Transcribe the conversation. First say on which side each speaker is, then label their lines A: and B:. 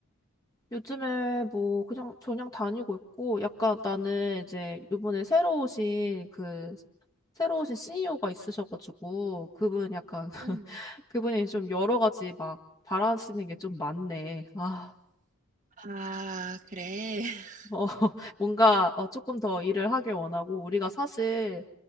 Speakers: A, on the left; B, on the right.
A: 요즘에 뭐 그냥 저냥 다니고 있고 약간 나는 이제 요번에 새로 오신 그 새로 오신 CEO가 있으셔가지고 그분 약간 <laughs>
B: 응.
A: 그분이 좀 여러 가지 막 바라시는 게 좀 많네. 아,
B: 아, 그래. <laughs>
A: 어, <laughs> 뭔가 어, 조금 더 일을 하길 원하고 우리가 사실